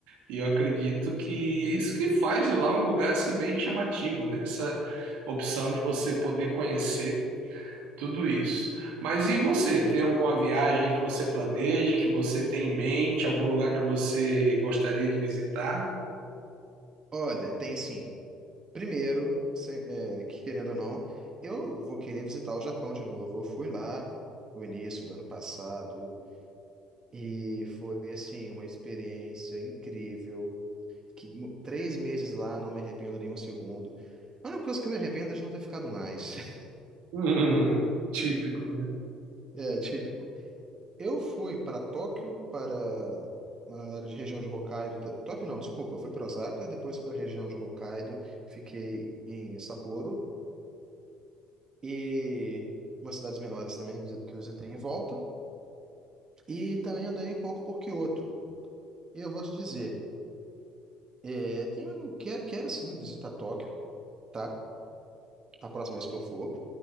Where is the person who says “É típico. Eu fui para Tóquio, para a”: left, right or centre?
Right